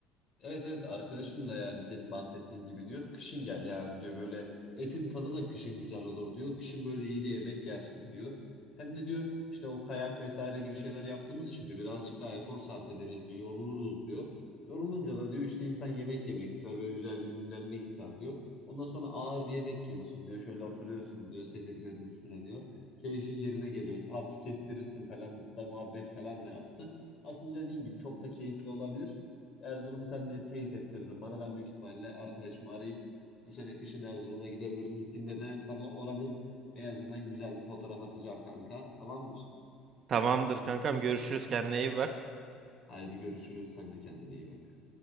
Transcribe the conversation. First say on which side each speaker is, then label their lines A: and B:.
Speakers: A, on the left (about 45°); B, on the right (about 45°).
A: Evet evet arkadaşım da yani senin bahsettiğin gibi diyor. Kışın gel yani diyor böyle etin tadı da kışın güzel olur diyor. Kışın böyle iyi de yemek yersin diyor. Hem de diyor işte o kayak vesaire gibi şeyler yaptığımız için diyor birazcık daha efor sarf ederiz diyor. Yoruluruz diyor. Yorulunca da diyor işte insan yemek yemek ister böyle güzelce dinlenmek ister diyor. Ondan sonra ağır bir yemek yiyorsun diyor. Şöyle oturuyorsun diyor sedirlerin üstüne diyor. Keyfin yerine geliyorsun. Hafif kestirirsin falan da muhabbet falan da yaptı. Aslında dediğin gibi çok da keyifli olabilir. Erzurum'u sen de teyit ettirdin bana. Ben büyük ihtimalle arkadaşımı arayıp bu sene kışın Erzurum'a gidebilirim. Gittiğimde de sana oranın beyazından güzel bir fotoğraf atacağım kanka. Tamamdır.
B: Tamamdır kankam görüşürüz kendine iyi bak.
A: Haydi görüşürüz. Sen de kendine iyi bak.